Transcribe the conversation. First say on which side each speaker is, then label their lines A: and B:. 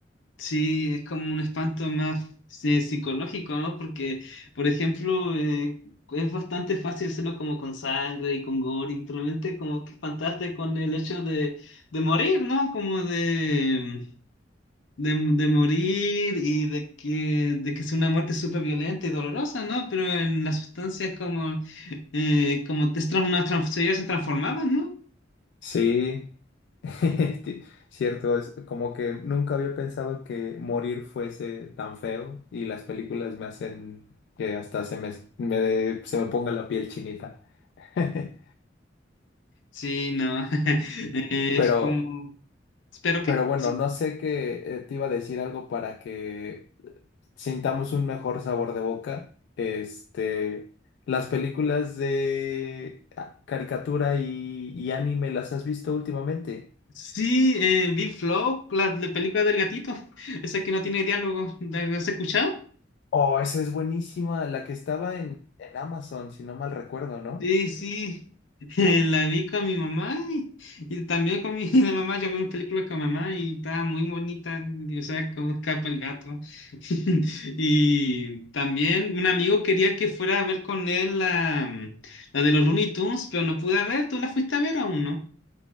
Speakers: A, on the left; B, on the left.
A: sí, es como un espanto más sí, psicológico, ¿no? Porque, por ejemplo, eh, es bastante fácil hacerlo como con sangre y con gore, y realmente como que espantaste con el hecho de, de morir, ¿no? Como de de, de morir y de que, de que sea una muerte súper violenta y dolorosa, ¿no? Pero en la sustancia es como, eh, como te trans, una trans- ellos se transformaban, ¿no?
B: Sí, <laughs> ti- cierto, es como que nunca había pensado que morir fuese tan feo y las películas me hacen que hasta se me, me de- se me ponga la piel chinita. <laughs>
A: Sí, no. <laughs> Eh,
B: Pero,
A: es como. ¿Pero
B: pero
A: qué?
B: bueno,
A: Sí,
B: no sé qué eh, te iba a decir algo para que sintamos un mejor sabor de boca. Este, las películas de ah, caricatura y, y anime, ¿las has visto últimamente?
A: sí eh, vi Flow, la, la película del gatito, <laughs> esa que no tiene diálogo. ¿La has escuchado?
B: Oh, esa es buenísima, la que estaba en, en Amazon, si no mal recuerdo, ¿no?
A: Sí, sí, <laughs> la vi con mi mamá y, y también con mi <laughs> la mamá. Yo vi una película con mamá y estaba muy bonita, y, o sea, cómo escapa el gato. <laughs> Y también un amigo quería que fuera a ver con él la, la de los Looney Tunes, pero no pude ver. ¿Tú la fuiste a ver aún, no?